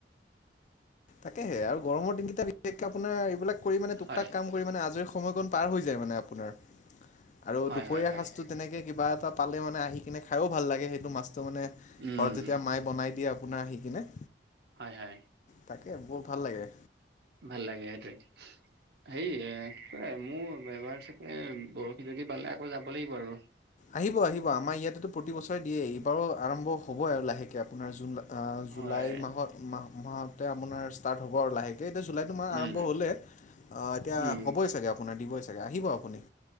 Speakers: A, on the left; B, on the right.
A: তাকেহে আৰু গৰমৰ দিনকেইটা বিশেষকে আপোনাৰ এইবিলাক কৰি মানে তোক
B: হয়
A: তাক কাম কৰি মানে আজৰি সময়কণ পাৰ হৈ যায় মানে আপোনাৰ। আৰু
B: হয়
A: দুপৰীয়া
B: হয় হয়
A: সাজটোত তেনেকে কিবা এটা পালে মানে আহি পিনে খাইও ভাল লাগে সেইটো মাছটো মানে ঘৰত
B: উম
A: যেতিয়া মাই বনাই দিয়ে আপোনাৰ আহি কিনে।
B: হয় হয়।
A: তাকে, বৰ ভাল লাগে।
B: ভাল লাগে সেইটোৱেই। হেৰি এ এই মোৰ এইবাৰ চাগে বৰশী যদি বালে, আকৌ যাব লাগিব আৰু।
A: আহিব আহিব, আমাৰ ইয়াতেতো প্ৰতি বছৰে দিয়েই। এইবাৰো আৰম্ভ হ'বই আৰু লাহেকে আপোনাৰ জুন লা জুলাই
B: হয়
A: মাহত, মাহ মাহতে আপোনাৰ ষ্টাৰ্ট হ'ব আৰু লাহে সেইটো এতিয়া জুলাইটো মাহ
B: উম
A: আৰম্ভ হ'লেই, এতিয়া
B: উম
A: হ'বই চাগে আপোনাৰ দিবই চাগে, আহিব আপুনি।